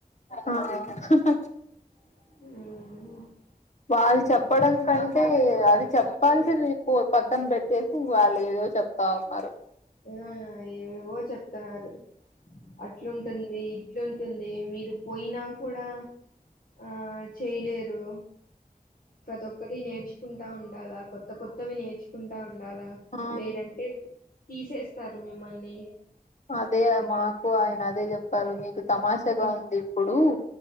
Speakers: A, on the left; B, on the left.
A: ఆ ఆ
B: హ్
A: వాళ్ళు చెప్పడం కంటే అది చెప్ప ప్పాల్సింది పో పక్కన పెట్టేసి వాళ్ళు ఏదో చెప్తా ఉన్నారు.
B: ఆ ఏవేవో చెప్తున్నారు. అట్లుంటుంది ఇట్లుంటుంది మీరు పోయినా కూడా ఆ చేయలేరు. ప్రతి ఒక్కటి నేర్చుకుంటా ఉండాల. కొత్త కొత్తవి నేర్చుకుంటా ఉం డాల
A: ఆ
B: లేదంటే తీసేస్తారు మిమ్మల్ని.
A: అదే కదా మాకు ఆయన అదే చెప్పారు. మీకు తమాషగా
B: ఉమ్
A: ఉంది ఇప్పుడు.